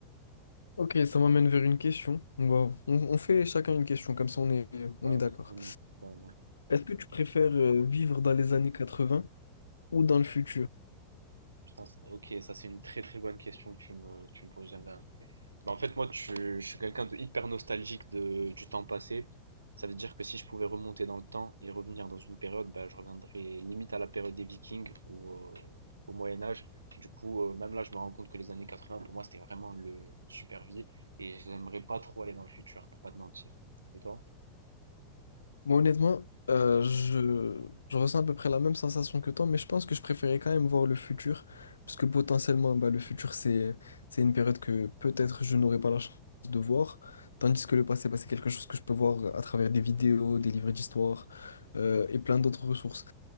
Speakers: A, on the left; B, on the right.
A: Ok, ça m'amène vers une question. On va- on, on fait chacun une question, comme ça on est, on
B: Ouais,
A: est d'accord.
B: ouais, carrément. Ouais,
A: Est-ce que tu préfères euh, vivre dans les années 80 ou dans le futur?
B: Putain, c'est- ok, ça c'est une très très bonne question que tu me, que tu me poses, j'aime bien. Bah, en fait, moi, tu- je suis quelqu'un de hyper nostalgique de, du temps passé. Ça veut dire que si je pouvais remonter dans le temps et revenir dans une période, bah, je reviendrais limite à la période des Vikings ou euh, au Moyen Âge. Du coup, euh, même là, je me rends compte que les années 80, pour moi, c'était vraiment le- une super vie et j'aimerais pas trop aller dans le futur, pour pas te mentir. Et toi?
A: Moi, honnêtement, euh, je, je ressens à peu près la même sensation que toi, mais je pense que je préférais quand même voir le futur, parce que potentiellement, bah, le futur, c'est, c'est une période que peut-être je n'aurai pas la chance de voir, tandis que le passé, bah, c'est quelque chose que je peux voir à travers des vidéos, des livres d'histoire, euh, et plein d'autres ressources.